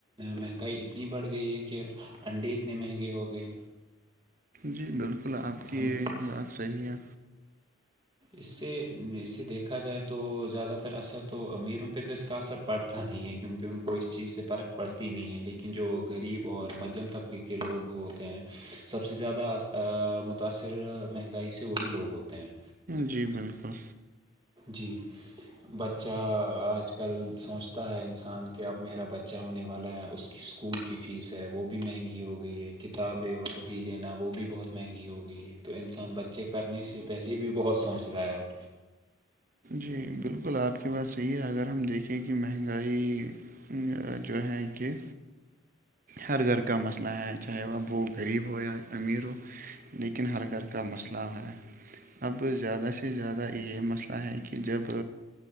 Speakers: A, on the right (about 25°); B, on the right (about 40°).
A: مہنگائی اتنی بڑھ گئی ہے کہ انڈے اتنے مہنگے ہو گئے
B: جی بالکل آپ کی
A: ہم
B: بات صحیح ہے
A: اس سے اس سے دیکھا جائے تو زیادہ تر اثر تو امیروں پہ تو اس کا اثر پڑتا نہیں ہے کیونکہ ان کو اس چیز سے فرق پڑتی نہیں ہے لیکن جو غریب اور مدھیم طبقے کے لوگ ہوتے ہیں سب سے زیادہ متاثر مہنگائی سے وہی لوگ ہوتے ہیں
B: جی بالکل
A: جی بت بچہ آج کل سوچتا ہے انسان کہ اب میرا بچہ ہونے والا ہے اس اسکول کی فیس ہے وہ بھی مہنگی ہو گئی ہے کتابیں وردی لینا وہ بھی بہت مہنگی ہو گئی ہے تو انسان بچے کرنے سے پہلے بھی بہت سوچ رہا ہے اب
B: جی بالکل آپ کی بات صحیح ہے اگر ہم دیکھیں کہ مہنگائی جو ہیں کہ ہر گھر کا مسئلہ ہے چاہے وہ اب وہ غریب ہو یا امیر ہو لیکن ہر گھر کا مسئلہ ہے اب زیادہ سے زیادہ یہ مسئلہ ہے کہ جب